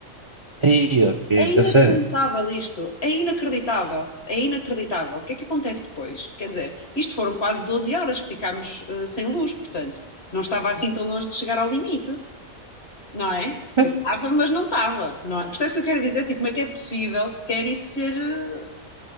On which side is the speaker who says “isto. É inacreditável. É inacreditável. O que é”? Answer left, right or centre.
Left